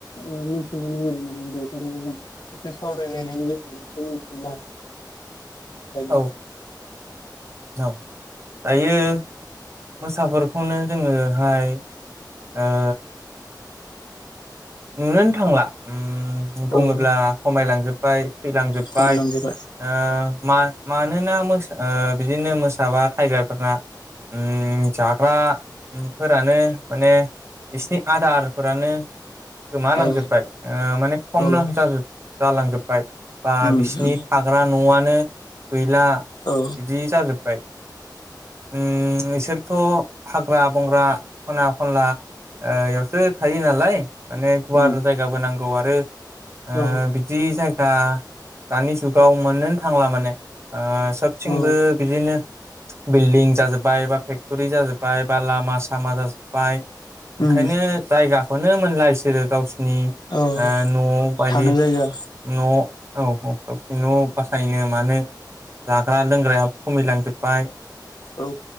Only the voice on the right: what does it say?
औ
औ दायो मोसाफोरखौनो जोङो हाय ओ नुनोनो थांला उम बुङोब्ला
खमायलां जोबबाय थैलां जोबबाय
ओ मा मानोना ओ बिदिनो मोसाबा टाइगारफोरा उम जाग्रा फोरानो माने बिसिनि आदारफोरानो गोमालांजोबबाय
ओ माने खमलां
जालांजोबबाय। बा
बिसिनि
थाग्रा न'आनो गैला
बिदि जाजोबबाय। उम इसोर थ' हाग्रा बंग्रा खना खनला एयावसो थायो नालाय माने गुवार
जायगाबो नांगौ आरो ओ
बिदि जाय गा दानि जुगाव मोननोनो थांला माने। ओ सोबथिंबो
बिदिनो बिल्डिं जाजोब्बाय बा फेक्ट'रि जाजोब्बाय बा लामा सामा जाजोब्बाय। ओंखायनो
जायगाखौनो मोनला इसोरो गावसो नि ओ
न' बादि
न औ औ औ न' बासायनो मानो जाग्रा लोंग्राया खमि लांजोब्बाय।